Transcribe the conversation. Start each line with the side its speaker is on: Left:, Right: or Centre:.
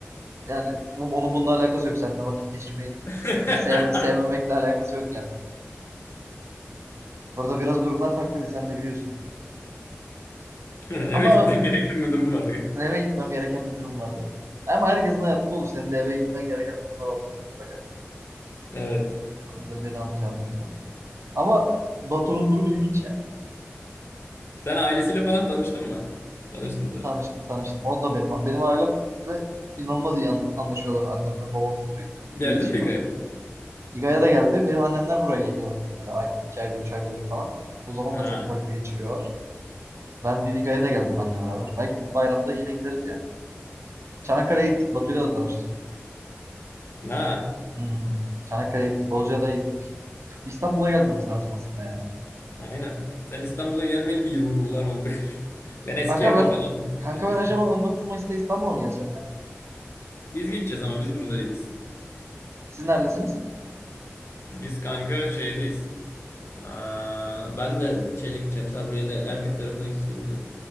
Right: yani bu- onun bununla alakası yok. Seninle vakit geçirmeyi
Left: <laughs>
Right: sev, sevmemekle alakası yok yani. Orada biraz durumlar farklıydı sen de biliyorsun.
Left: Eve
Right: Ama
Left: gitmen gereken bir durum vardı.
Right: eve gitmem gereken bir durum vardı. Ama herkesin hayatında olur. Senin de eve gitmen gereken durumlar olmuştur mutlaka.
Left: Evet.
Right: O yüzden beni anlayacağını düşünüyorum. Ama Batu'nun durumu ilginç yani.
Left: Sen ailesiyle falan tanıştın mı? Tanıştın da.
Right: Tanıştım tanıştım. O da benim benim ailemle inanılmaz iyi an- anlaşıyorlar. Annemle babamla sürekli
Left: Geldin
Right: iletişim
Left: mi Biga'ya
Right: var.
Left: falan?
Right: İGA'ya da geldi. Benim annemler buraya geliyor. Böyle ay, iki ayda, üç ayda bir falan. O zaman
Left: Ha.
Right: da çok vakit geçiriyorlar. Ben bir İGA'ya da geldi benimle beraber. Belki bayramda yine gideriz yani. Çanakkale'ye gittik. Batu'yla da tanıştım.
Left: Ha.
Right: Hmm. Çanakkale'ye gittik. Bozcaada'ya gittik. İstanbul'a gelmemiz lazım aslında ya.
Left: Aynen. Sen İstanbul'a gelmeli bir yıllar oldu. <laughs> Ben eski
Right: Kanka
Left: evde
Right: ben
Left: falan geldim.
Right: kanka ben acaba 19 Mayıs'ta İstanbul'a mı gelsem ya?
Left: Biz gideceğiz ama biz burada değiliz.
Right: Siz neredesiniz?
Left: Biz kanka şeydeyiz. Aa, ben de şeyle gideceğim. Sabriye'yle Erdek tarafına gideceğiz yine.